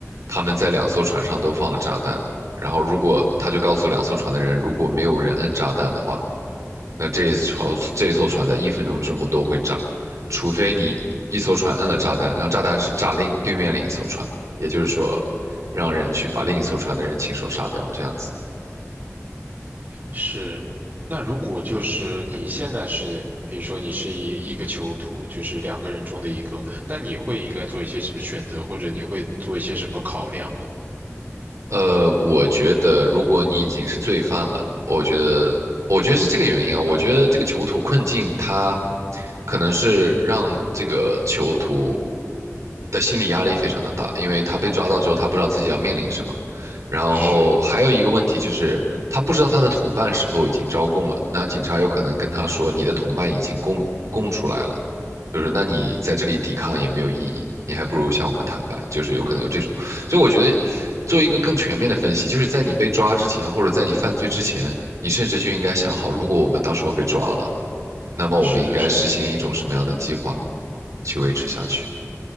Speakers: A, on the right; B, on the right.
A: 他们在两艘船上都放了炸弹，然后如果他就告诉两艘船的人，如果没有人摁炸弹的话，那这一艘这一艘船在一分钟之后都会炸，除非你一艘船摁了炸弹，然后炸弹是炸另对面另一艘船，也就是说，让人去把另一艘船的人亲手杀掉，这样子。
B: 是。那如果就是你现在是，
A: 嗯
B: 比如说你是一一个囚徒，就是两个人中的一个，那你会应该做一些什么选择，或者你会做一些什么考量呢？
A: 呃，我觉得如果你已经是罪犯了，我觉得，我觉得是这个原因啊。我觉得这个囚徒困境，他可能是让这个囚徒的心理压力非常的大，因为他被抓到之后，他不知道自己要面临什么。然后还有一个问题就是，
B: 是，
A: 他不知道他的同伴是否已经招供了。那警察有可能跟他说，你的同伴已经供供出来了，就是那你在这里抵抗也没有意义，你还不如向我们坦白，就是有可能有这种。所以我觉得做一个更全面的分析，就是在你被抓之前，或者在你犯罪之前，你甚至就应该想好，如果我们到时候被抓了，那么我们应该实行一种什么样的计划
B: 是的，是的。
A: 去维持下去？